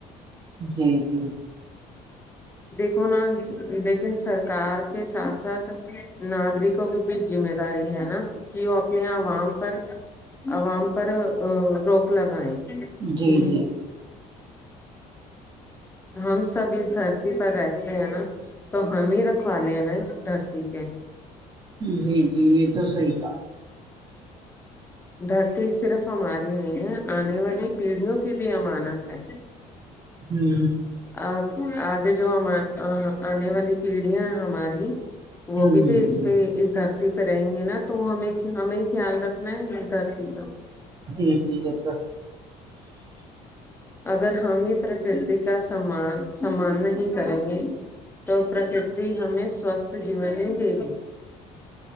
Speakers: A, on the right; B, on the left.
A: جی جی
B: دیکھو نا لیکن سرکار کے ساتھ ساتھ ناگرک کو بھی زمےداری ہے نا کہ وہ اپنے عوام پر عوام پر روک لگائیں کہ
A: جی جی
B: ہم سب اس دھرتی دتی پر رہتے ہیں نا تو ہم ہی رکھوا لے ہیں نا اس دھرتی کے
A: جی جی یہ تو صحیح کہا
B: دھرتی صرف ہماری نہیں ہے آنے والی پیڑھیوں کی بھی امانت ہے
A: ہوں
B: آ آگے جو ہم آنے والی پیڑھیاں ہماری وہ
A: ہوں
B: بھی
A: جی
B: تو اس
A: جی
B: پہ اس دھر دتی پہ رہیں گے نا تو ہمیں ہمیں ہی خیال رکھنا ہے اس دھرتی کا
A: جی ٹھیک ہے پر
B: اگر ہم ہی پرکرتی کا سمان سمان نہیں کریں گے تو پرکرتی ہمیں سوستھ جیون نہیں دے گی